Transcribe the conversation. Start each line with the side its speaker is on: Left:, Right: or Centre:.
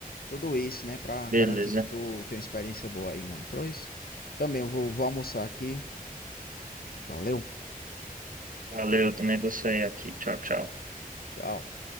Left: tudo isso, né, pra garantir
Right: Beleza.
Left: que tu tem uma experiência boa aí, mano. Pois, também eu vou, vou almoçar aqui. Valeu,
Right: Valeu, também vou sair aqui. Tchau, tchau.
Left: tchau.